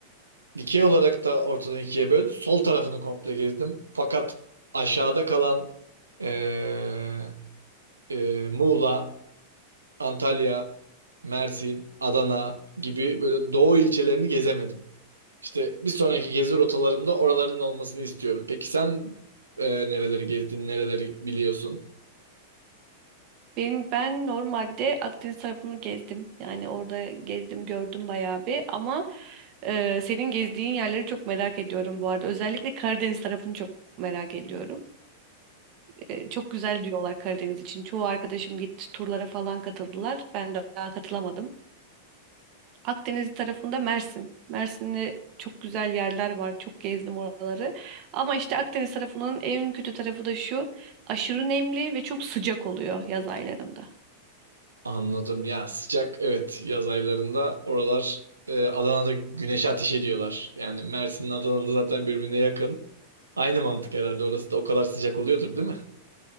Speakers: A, on the right; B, on the right.
A: Dikey olarak da ortadan ikiye böl. Sol tarafını komple gezdim. Fakat aşağıda kalan eee, eee, Muğla, Antalya, Mersin, Adana gibi böyle doğu ilçelerini gezemedim. İşte bir sonraki gezi rotalarımda oraların olmasını istiyorum. Peki sen eee, nereleri gezdin, nereleri biliyorsun?
B: Benim ben normalde Akdeniz tarafını gezdim. Yani orada gezdim gördüm bayağı bir ama e, senin gezdiğin yerleri çok merak ediyorum bu arada. Özellikle Karadeniz tarafını çok merak ediyorum. E, çok güzel diyorlar Karadeniz için. Çoğu arkadaşım gitti turlara falan katıldılar. Ben de daha katılamadım. Akdeniz tarafında Mersin. Mersin'de çok güzel yerler var. Çok gezdim oraları. Ama işte Akdeniz tarafının en kötü tarafı da şu. Aşırı nemli ve çok sıcak oluyor yaz aylarında.
A: Anladım. Ya sıcak evet yaz aylarında oralar e, Adana'da güneşe ateş ediyorlar. Yani Mersin'le Adana'da zaten birbirine yakın. Aynı mantık herhalde orası da o kadar sıcak oluyordur değil mi?